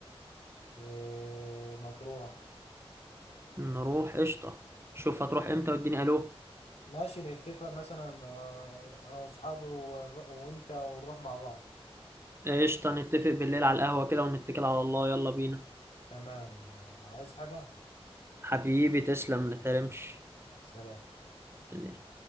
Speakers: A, on the left; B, on the right.
A: آه، مطروح
B: نروح قشطه شوف هتروح امتى واديني الو
A: ماشي نتفق مثلا آه، انا واصحابي ونر- وانت ونروح مع بعض
B: قشطه نتفق بالليل على القهوه كده ونتكل على الله يلا بينا
A: تمام آه، عايز حاجة
B: حبيبي تسلم ما تحرمش
A: سلام
B: يعني